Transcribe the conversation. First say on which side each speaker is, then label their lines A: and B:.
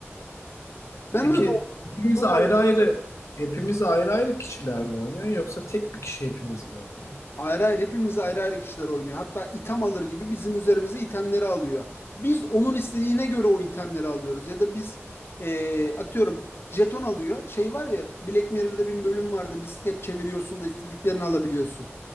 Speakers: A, on the left; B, on the left.
A: Ben
B: Peki
A: öyle
B: hepimiz
A: öyle
B: ayrı ayrı, hepimiz ayrı ayrı kişiler mi oynuyor yoksa tek bir kişi hepimiz mi oynuyor?
A: Ayrı ayrı hepimiz ayrı ayrı kişiler oynuyor. Hatta item alır gibi bizim üzerimize itemleri alıyor. Biz onun istediğine göre o itemleri alıyoruz. Ya da biz eee, atıyorum jeton alıyor. Şey var ya Black Mirror'da bir bölüm vardı. Bisiklet çeviriyorsun da istediklerini alabiliyorsun.